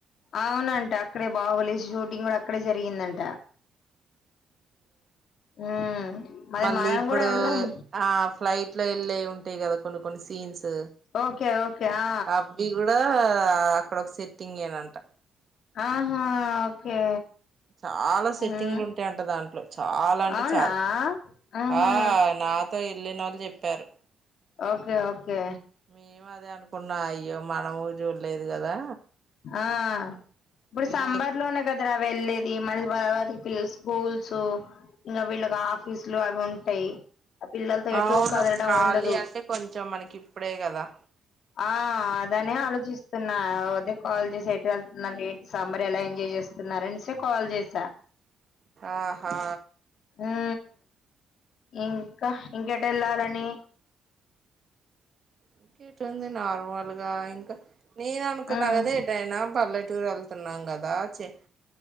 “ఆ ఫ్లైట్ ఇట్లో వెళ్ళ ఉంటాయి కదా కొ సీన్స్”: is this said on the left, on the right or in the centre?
Right